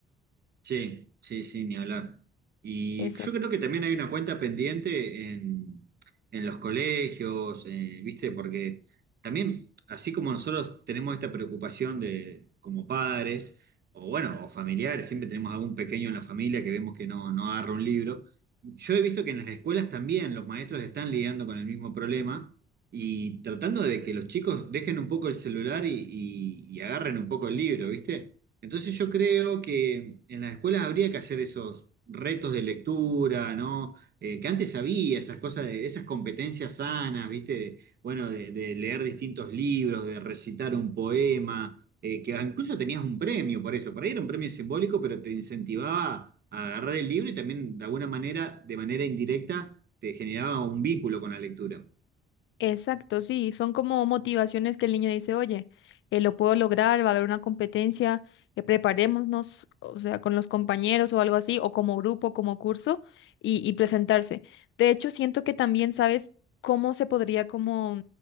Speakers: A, on the right; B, on the left.
A: Sí, sí, sí, ni hablar. Y
B: Exacto.
A: yo creo que también hay una cuenta pendiente en, en los colegios, eh, ¿viste? Porque también, así como nosotros tenemos esta preocupación de, como padres, o bueno, o familiares, siempre tenemos algún pequeño en la familia que vemos que no, no agarra un libro. Yo he visto que en las escuelas también los maestros están lidiando con el mismo problema y tratando de que los chicos dejen un poco el celular y, y y agarren un poco el libro, ¿viste? Entonces yo creo que en las escuelas habría que hacer esos retos de lectura, ¿no? Eh, que antes había esas cosas, de, esas competencias sanas, ¿viste? De, bueno, de, de leer distintos libros, de recitar un poema, eh, que incluso tenías un premio por eso. Por ahí era un premio simbólico, pero te incentivaba a agarrar el libro y también de alguna manera, de manera indirecta, te generaba un vínculo con la lectura.
B: Exacto, sí, son como motivaciones que el niño dice, oye, eh, lo puedo lograr, va a haber una competencia, eh, preparémonos, o sea, con los compañeros o algo así, o como grupo, como curso, y, y presentarse. De hecho, siento que también sabes cómo se podría como...